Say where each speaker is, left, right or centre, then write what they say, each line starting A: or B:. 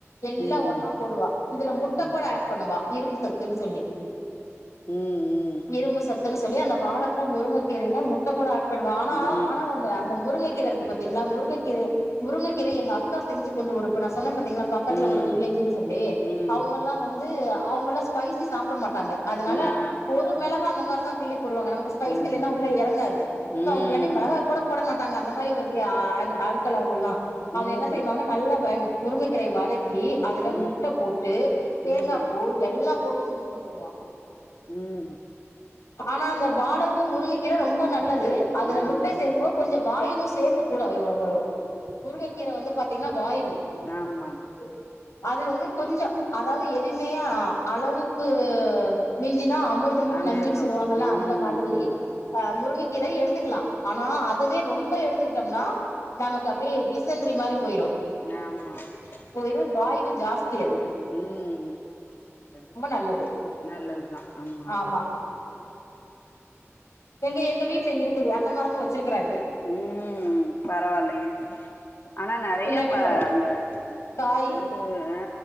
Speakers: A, on the left (about 85°); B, on the left (about 50°).
A: எல்லா
B: ம்
A: ஒன்னா போடுவா இதுல முட்ட
B: ம்
A: கூட ஆட் பண்ணுவா இரும்பு சத்துன்னு சொல்லி
B: ம் ம்
A: இரும்பு சத்துனு சொல்லி அந்த வாழப்பூ முருங்கக்கீரைல முட்ட கூட ஆட் பண்ணுவா ஆனா
B: ம்
A: ஆனா அந்த முருங்க முருங்ககீர இருக்கு பத்தீங்ளா முருங்கக்கீரய முருங்கக்கீரய எங்க அக்கா செஞ்சு கொண்டு ஒருப்ப நா சொன்ன பாத்தீங்களா பக்கத்துல
B: ம் ம்
A: ஒரு வில்லேஜ்ஜுன் சொல்லி
B: ம்
A: அவுங்கல்லா வந்த் வந்து அவங்களா ஸ்பைசி சாப்ட மாட்டாங்க அதுனால
B: ஆ
A: போரு மெளகா அந்த மாரிதா கிள்ளி போடுவாங்க நமக்குஸ் ஸ்பைஸ்
B: ம்
A: இல்லேனா உள்ள யறங்காது
B: ம்
A: சோ அவங்களாட்டி மெளகா கூட போட மாட்டாங்க அந்தா மாரி ஒருத்தி ஆய்கா ஆல்கள்ல அவங்கல்லா அத
B: ம்
A: என்ன செய்வாங்க நல்லா காய்னு முருங்கக்கீரைய வரக்கி அதுல
B: ம்
A: முட்ட போட்டு தேங்கா
B: ம்
A: பூ எல்லா போட்டு செஞ்சு கொண்டு வருவாங்க
B: ம்
A: ஆனா அந்த வாழப்பூ முருங்க கீர ரொம்ப நல்லது அதுல
B: ஆமா
A: முட்டை சேக்கும்போ கொஞ்ச வாயுவு சேர்ந்து கூட அயோவா வரு முருங்கக்கீர வந்து பாத்தீங்னா வாயு
B: ஆமாமா
A: <unintelligible> அது வந்து கொஞ்சோ அதாவ்து எதய்மே ஆ அளவுக்கு மிஞ்சினா அமுர் தமும்
B: அமிர்தம்
A: நஞ்சுன்னு சொல்லுவாங்கள
B: ம்
A: அந்த மாதிரி
B: ம்
A: ஆ முருங்கங்கீர எடுத்துக்லாம் ஆனா அதவே ரொம்ப எடுத்துக்கிட்டோம்னா நமக்கு அப்டே எப்டிஸ் டிசன்றி மாரி போய்ரு
B: யாமா ஆமா அம்
A: போய்ரு வாய்வு ஜாஸ்தி அடு
B: உம் காது
A: நல்லது
B: நல்லத்தான் ஆமாம்
A: ஆமா எங்க எங்க வீட்ல இருக்குது அந்த மாருங்க வச்சிருக்கிறாங்க
B: உம் பரவால்லயே ஆனா நெறைய
A: பின்னாடி
B: பா
A: மரம்
B: அந்த
A: காய்
B: அதாவ் உ ஆ